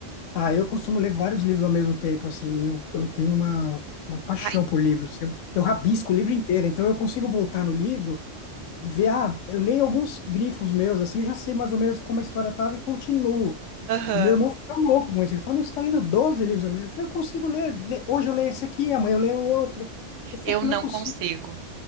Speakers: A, on the left; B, on the right.
A: Ah, eu costumo ler vários livros ao mesmo tempo, assim. Eu, eu tenho uma, uma paixão
B: Ai,
A: por livros. Eu, eu rabisco o livro inteiro, então eu consigo voltar no livro e ver, ah, eu leio alguns grifos meus, assim, eu já sei mais ou menos como a história tava e continuo.
B: aham,
A: E meu irmão fica louco com isso. Ele fala, mas você tá lendo 12 livros ao mesmo tempo? Eu falei, eu consigo ler. Le- Hoje eu leio esse aqui, amanhã eu leio outro. Esse
B: eu
A: é, não
B: não
A: é possível.
B: consigo.